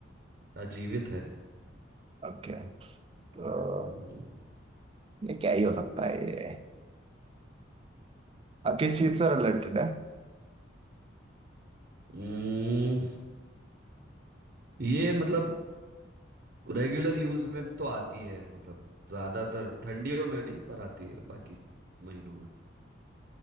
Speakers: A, on the right; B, on the right.
A: अजीवित है
B: ओके तो
A: हम्म,
B: ये क्या ही हो सकता है ये आ, किस चीज से रिलेटेड है
A: हम्म, ये मतलब रेगुलर यूज में तो आती है मतलब ज्यादातर ठंडियों में नहीं पर आती है बाकी महीनों में